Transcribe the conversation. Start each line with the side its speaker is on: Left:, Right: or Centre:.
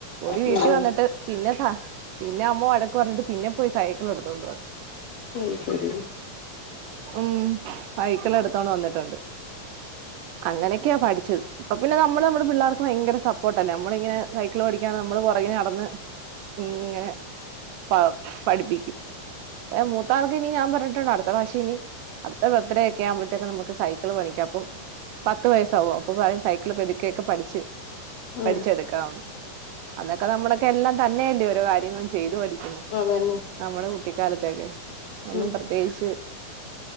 Right: ഓടി
Left: ഉം
Right: വീട്ടിൽ
Left: ഉം
Right: വന്നിട്ട് പിന്നെ സ പിന്നെ അമ്മ വഴക്ക് പറഞ്ഞിട്ട് പിന്നെ പോയി സൈക്കിൾ എടുത്തോണ്ട് വന്നു.
Left: അത് ശരി.
Right: ഉം സൈക്കിള് എടുത്തോണ്ട് വന്നിട്ടുണ്ട്. അങ്ങനെയൊക്കെയാ പഠിച്ചത് ഇപ്പ പിന്നെ നമ്മള് നമ്മുടെ പിള്ളേർ ക്കു ഭയങ്കര സപ്പോർട്ട് അല്ലേ നമ്മളിങ്ങനെ സൈക്കിള് പഠിക്കാ നമ്മള് പുറകിനെ നടന്ന് ഇങ്ങനെ പ പഠിപ്പിക്കും മൂത്താൾക്ക് ഇനി ഞാൻ പറഞ്ഞിട്ടുണ്ട് അടുത്ത പ്രാവശ്യം ഇനി അടുത്ത ബർത്തഡേ ഒക്കെ ആവുമ്പോഴത്തേക്കും നമുക്ക് സൈക്കിൾ മേടിക്കാം അപ്പം പത്ത് വയ സ്സാവും അപ്പോ പറയും സൈക്കിൾ പെതുക്കെ ഒക്കെ പഠിച്ച്
Left: ഉം
Right: പഠിച്ചെടുക്കാം അന്നൊക്കെ നമ്മളൊക്കെ എല്ലാം തന്നെയല്ലേ ഓരോ കാര്യങ്ങളും ചെയ്തു പഠി
Left: അതന്നെ.
Right: നമ്മുടെ കുട്ടിക്കാലത്തെയൊക്കെ ഒന്നും
Left: ഉം
Right: പ്രത്യേകിച്ച്